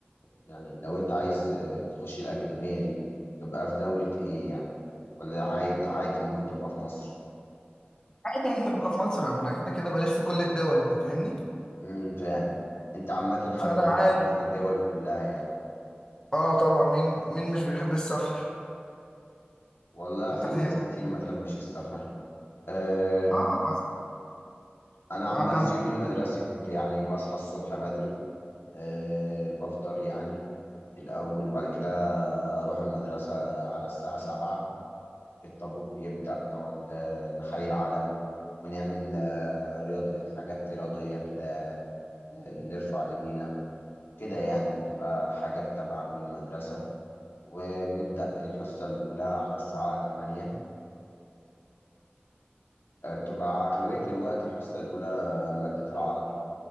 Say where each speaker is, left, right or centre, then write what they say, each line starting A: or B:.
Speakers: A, on the left (about 85°); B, on the left (about 20°).
A: يعني لو أنت عايز آه، تخش الأكاديمية دي تبقى في دولة إيه يعني ولا عادي عادي ممكن تبقى في مصر
B: عادي ممكن ابقى في مصر ما انا كده كده بلف في كل الدول انت فاهمني
A: امم فعلا أنت عامة حابب
B: فانا
A: إنك
B: عادي
A: تلف في الدول كلها يعني
B: اه طبعا مين مين مش بيحب السفر
A: والله في
B: انت فاهم
A: ناس كتير ما تحبش السفر أه
B: اه بس
A: انا عن
B: اه
A: نفسي
B: كم
A: يوم المدرسي كنت يعني بصحى الصبح بدري أه بفطر يعني الاول وبعد كده اروح المدرسة على الساعة سبعة الطابور بيبدأ نقعد آه، نحيي العلم ونعمل آه، رياضي حاجات رياضية كده آه، نرفع ايدينا كده يعني بتبقى حاجات تبع كل مدرسة وبنبدأ الحصة الأولى على الساعة 8 آه، بتبقى أغلبية الوقت الحصة الأولى مادة العربي